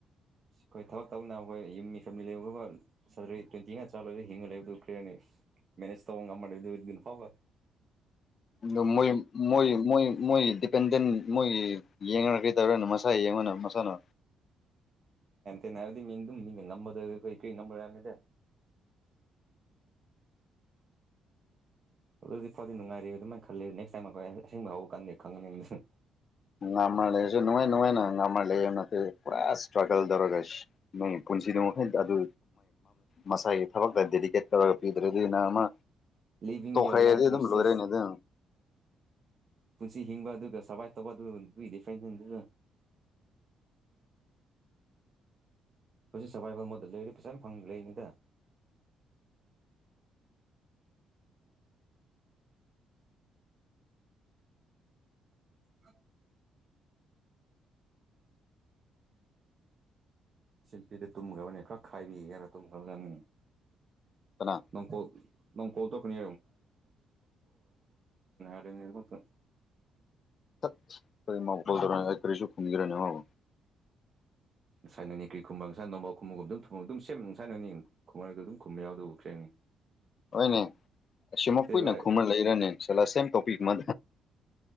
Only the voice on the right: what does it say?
ꯑ ꯑꯩꯈꯣꯏ ꯊꯕꯛ ꯇꯧꯅ ꯑꯩꯈꯣꯏ ꯌꯨꯝ ꯃꯤꯐꯝ ꯃꯤ ꯂꯩꯕꯒ ꯁꯇꯔꯤ ꯇ꯭ꯋꯦꯟꯇꯤ ꯉꯥ ꯆꯥꯂꯣꯏꯔ ꯍꯤꯡꯉ ꯂꯩꯕꯗꯨ ꯈ꯭ꯔꯦꯔꯅꯤꯁ ꯃꯦꯅꯦꯁ ꯇ ꯉ ꯃꯗꯅꯤ ꯐꯥꯕ
ꯦꯅꯦ ꯍꯥꯏꯗꯤ ꯅꯝꯕꯗ ꯀ ꯀ ꯅꯝꯕ ꯑꯗꯨꯗꯤ ꯐꯥꯎꯗꯤ ꯅꯨꯡꯉꯥꯏꯔ ꯑꯗꯨꯃꯥꯏꯅ ꯈꯜꯂꯤ ꯅꯦꯛꯁ ꯇꯥꯏꯝ ꯑꯩꯈꯣꯏ ꯑꯁꯦꯡꯕ ꯍꯧꯀꯥꯟꯗꯦ ꯈꯪꯉꯅꯤ ꯑꯗꯨꯅ
ꯂꯤꯕꯤꯡ
ꯌꯣꯔ ꯂꯥꯏꯐ
ꯚꯔꯁꯦꯁ
ꯄꯨꯟꯁꯤ ꯍꯤꯡꯕ ꯑꯗꯨꯒ ꯁꯕꯥꯏ ꯇꯧꯕ ꯑꯗꯨꯒꯏ ꯗꯤꯐ꯭ꯔꯦꯟꯁ ꯍꯧꯖꯤꯛ ꯁꯐꯥꯏꯕ ꯑꯃꯗ ꯂꯩꯔꯤ ꯄꯩꯁꯥ ꯌꯥꯝ ꯐꯪ ꯂꯩꯔꯤꯅꯤꯗ <unintelligible> <inaudible> ꯁꯤꯟꯄꯤꯗ ꯇꯨꯝꯈ꯭ꯔꯕꯅꯦ ꯈꯔ ꯈꯥꯏꯕꯤ ꯈꯔꯥ ꯇꯨꯝꯈ꯭ꯔꯕꯖꯥꯅꯤ
ꯅꯪ ꯀꯣ ꯅꯪ ꯀꯣꯜ ꯇ ꯀꯅꯤ ꯑꯗꯨ ꯇꯧꯣ
ꯁꯥꯏꯅꯅꯤ ꯀꯔꯤ ꯈꯨꯝꯕꯪ ꯉꯁꯥꯏ ꯅꯣꯔꯕꯥꯜ ꯈꯨꯝꯕꯒꯨꯝ ꯑꯗꯨꯝ ꯊ ꯑꯗꯨꯝ ꯁꯦꯝ ꯁꯥꯏꯅꯅꯤ ꯈꯃꯗꯣ ꯑꯗꯨꯝ ꯈꯨꯝ ꯌꯥꯎꯗ ꯎꯈ꯭ꯔꯦꯅꯤ
ꯑꯇꯩ
ꯚꯥꯏ